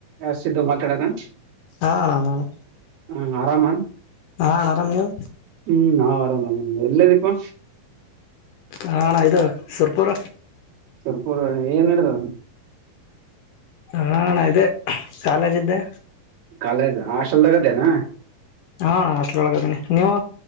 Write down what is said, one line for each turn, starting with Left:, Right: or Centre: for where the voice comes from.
Right: A Siddu ಮಾತಾಡದ
Left: ಹಾ ಅಣ್ಣ ನಾನು
Right: ಹ ಆರಾಮನ್
Left: ಹಾ ಹನ ಆರಾಮ ನೀ್
Right: ಹ್ಮ್ ನಾವ್ ಆರಾಮೇನೆ ಎಲ್ಲೇ ದೀಪಾ
Left: ಹ ಇದು ಸುರ್ಪೂರ
Right: ಸರ್ಪೂರ ಏನ್ ಹಡದಾವ.
Left: ಹಾ ಅಣ್ಣಾ ಇದೆ. ಶಾಲಜಿದ್ದೆ
Right: ಕಾಲೇಜ್ ಹಾಸ್ಟೆಲ್ದಾಗದೇನ.
Left: ಹಾ ಅಣ್ಣಾ ಹಾಸ್ಟೆಲ್ ಒಳ್ಗಅದಿನಿ ನೀವು.